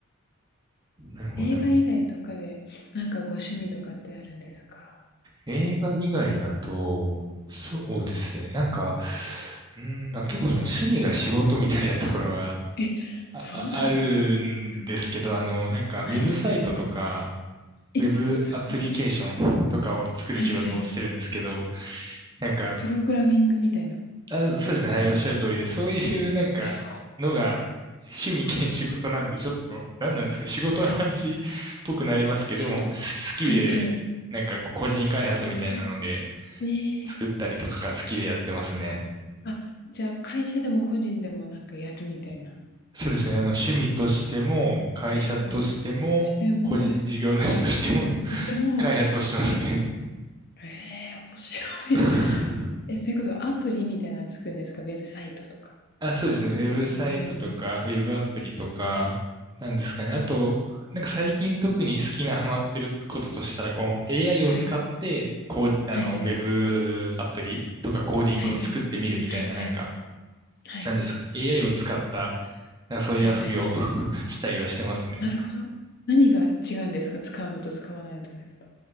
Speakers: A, on the right; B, on the left.
A: <laughs> なるほどね。
B: 映画以外とかで、なんかご趣味とかってあるんですか？
A: 映画以外だと、そうですね。なんか、うーん、なんか結構その趣味が仕事みたいなところが
B: え、
A: あ、
B: そうなんですか。
A: ああるんですけど、
B: す
A: あの、なんかウェブサイトとか、
B: ごい。はい。え、
A: ウェブアプリケーションとかを作る仕事をしてるんですけど、
B: すごい。はいはい。
A: なんか
B: プログラミングみたいな
A: あ、そうですね。はい、
B: 意味。
A: おっしゃる通りで、そういうなんかのが趣味兼仕事なんで、
B: え、す
A: ちょっと、何なんですか、仕事の話っぽくなりますけど、
B: ごい。はい。しょ
A: でも、す好きで、
B: はいはい。
A: なんかこう個人開発みたいなので、
B: ああ、ええ。
A: 作ったりとかが好きでやってますね。
B: あ、じゃあ会社でも個人でもなんかやるみたいな。
A: そうですね。あの、趣味としても、会社としても、
B: でも、そしても
A: 個人事業主としても、<laughs>
B: そしても、
A: 開発をしてますね。
B: ええ、面白い。
A: <laughs>
B: え、そういうことはアプリみたいなの作るんですか？ウェブサイトとか。
A: あ、そうですね。ウェブサイトとか、
B: いわゆる
A: ウェブアプリとか、なんですかね。あと、なんか最近特に好きなハマってることとしたら、この AI
B: はい。
A: を使って、こう、
B: はいはい。
A: あの、ウェブアプリとかコーディングを作ってみるみたいな、
B: はいはい。はいはい。
A: なんか、
B: はい。
A: なんですかね。AI を使った、なんかそういう遊びを
B: はいはい。
A: <laughs> したりはしてますね。
B: なるほど。何が違うんですか？使うのと使わないのとだと。